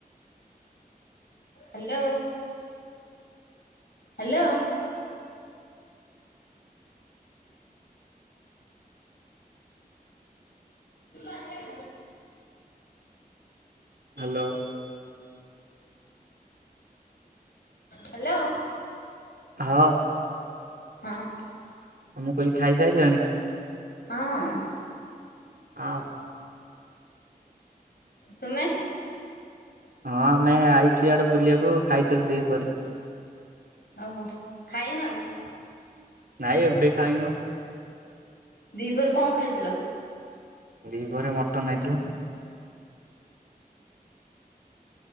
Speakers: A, on the left; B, on the right.
A: hello. Hello. <inaudible> ମୁଁ ବାହାରେକା
B: ହାଲୋ।
A: ହାଲୋ।
B: ହଁ।
A: ହଁ।
B: ଆଉ ମୁଁ କହିଲି ଖାଇସାଇଲଣି?
A: ଅଁ।
B: ଆଅ
A: ତୁମେ?
B: ହଁ ଆମେ ଆଇଚୁ ଇଆଡ଼େ ବୁଲିବାକୁ ଖାଇଥେଲୁ ଦିହିପହରେ।
A: ଅହୋ ଖାଇନ ଆଉ?
B: ନାଇଁ ଏବେ ଖାଇନୁ।
A: ଦିପହରୁ କଁ ଖାଇଥିଲ?
B: ଦି ପହରେ ମଟନ୍ ହେଇଥିଲା।